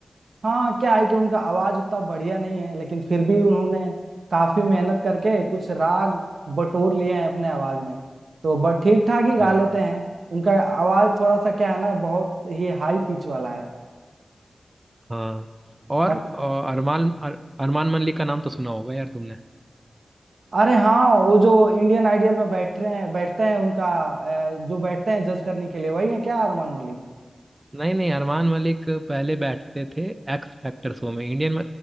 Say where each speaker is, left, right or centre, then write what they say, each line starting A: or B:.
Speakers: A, on the right; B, on the right.
A: हाँ क्या है कि उनका आवाज उतना बढ़िया नहीं है लेकिन फिर भी उन्होंने काफी मेहनत करके कुछ राग बटोर लिए हैं अपने आवाज में तो बट ठीक ठाक ही गा
B: हाँ
A: लेते हैं उनका आवाज थोड़ा सा क्या है ना बहुत ही हाई पिच वाला
B: हाँ और
A: है
B: अ, अरमान अर, अरमान मलिक का नाम तो सुना होगा यार तुमने
A: अरे हाँ वो जो इंडियन आइडियल में बैठ रहे हैं बैठते हैं उनका अ, जो बैठते हैं जज करने के लिए वही है क्या अरमान मलिक
B: नहीं नहीं अरमान मलिक पहले बैठते थे एक्स फैक्टर शो में इंडियन